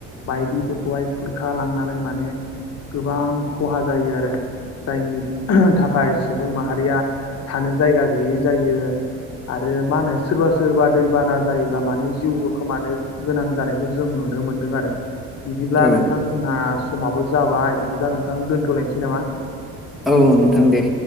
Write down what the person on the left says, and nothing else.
बायदिफोरखौहाय खुर खा लांनानै माने गोबां खहा जायो आरो। जायनि थाखाय सुबुं माहारिया थानो जायगा गैयै जायो आरो मा होनो सोरबा सोरबा दैबाना जायोब्ला मानोे जिउबो खोमानो गोनां जानायखौ जों नुनो मोनदों आरो बिदिब्ला
नोंथां जोंहा समाबो जाबाय बिदिब्ला नोंथां दोन्थ'लायनोसै नामा?